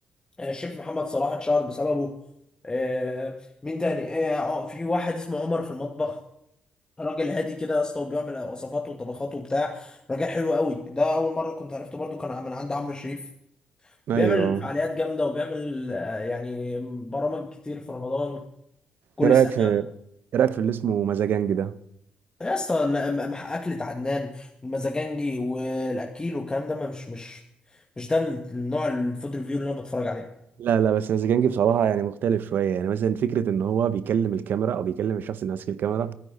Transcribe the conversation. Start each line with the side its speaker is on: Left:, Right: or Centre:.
Left: آه، الشيف محمد صلاح اتشهر بسببه آه، مين تاني آه، آه، في واحد اسمه عمر في المطبخ راجل هادي كده يا اسطى وبيعمل وصفات وطبخات وبتاع راجل حلو قوي ده اول مره كنت عرفته برضو كان من عند عمرو شريف
Right: ايوه
Left: بيعمل
Right: اه
Left: فعاليات جامده وبيعمل آه، يعني برامج كتير في رمضان كل
Right: ايه رايك
Left: سنه
Right: في ايه رايك في اللي اسمه مزاجنجي ده
Left: يا اسطى لا، م- م- اكلة عدنان والمزاجنجي والاكيل والكلام ده ما- مش مش مش ده النوع الفود ريفيو اللي انا بتفرج عليه
Right: لا لا بس مزاجنجي بصراحه يعني مختلف شويه يعني مثلا فكره ان هو بيكلم الكاميرا او بيكلم الشخص اللي ماسك الكاميرا